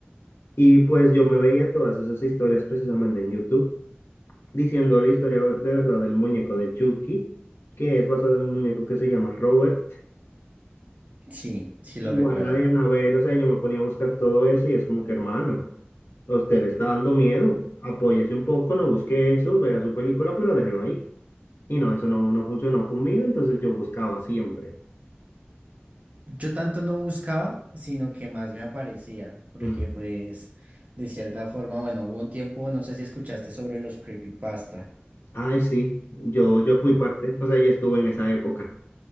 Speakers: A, on the left; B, on the right.
A: Y pues yo me veía todas esas historias precisamente en YouTube diciendo la historia de verdad del muñeco de Chucky, que es basada en un muñeco que se llama Robert.
B: Sí, sí
A: Igual
B: lo recuerdo.
A: la de Anabel, o sea, yo me ponía a buscar todo eso y es como que, hermano, a usted le está dando miedo, apóyese un poco, no busque eso, vea su película, pero déjelo ahí. Y no, eso no, no funcionó conmigo, entonces yo buscaba siempre.
B: Yo tanto no buscaba, sino que más me aparecía, porque
A: Mm.
B: pues de cierta forma, bueno, hubo un tiempo, no sé si escuchaste sobre los creepypasta.
A: Ay, sí, yo, yo fui parte, o sea, yo estuve en esa época.